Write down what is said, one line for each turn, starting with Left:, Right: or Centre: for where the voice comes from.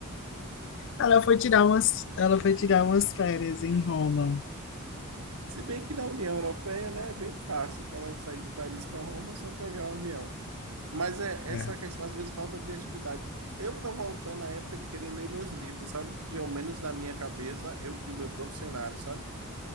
Left: Ela foi tirar umas, ela foi tirar umas férias em Roma.
Right: Se bem que na União Europeia, né, é bem fácil para ela sair de Paris para Roma, é só pegar um avião. Mas é
Left: É.
Right: essa questão, às vezes falta criatividade. Eu tô voltando à época de querer ler meus livros, sabe? Porque ao menos na minha cabeça eu crio meu próprio cenário, sabe?